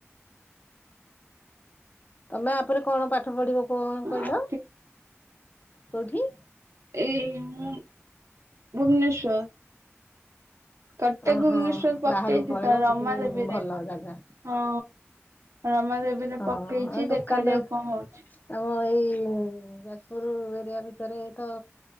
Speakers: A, on the left; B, on the right.
A: ତମେ ଆପରେ କଣ ପାଠ ପଢିବ କଣ କହିଲ
B: ଆଉ
A: କୋଉଠି?
B: ଏଇ ମୁଁ ଭୁବନେଶ୍ଵର। କଟକ,
A: ଓହୋ
B: ଭୁବନେଶ୍ଵର ପକେଇଚି
A: ବାହାରକୁ ପଳେଇବ
B: ତ ରମା
A: ସେଠି
B: ଦେବୀରେ।
A: ଭଲ ଜାଗା
B: ହଁ, ରମାଦେବୀରେ
A: ହଁ
B: ପକେଇଚି
A: ଲୋକାଲ
B: ଦେଖାଯାଉ କଣ ହଉଚି।
A: ଆମ ଏଇ ଯାଜପୁର ଏରିଆ ଭିତରେ ତ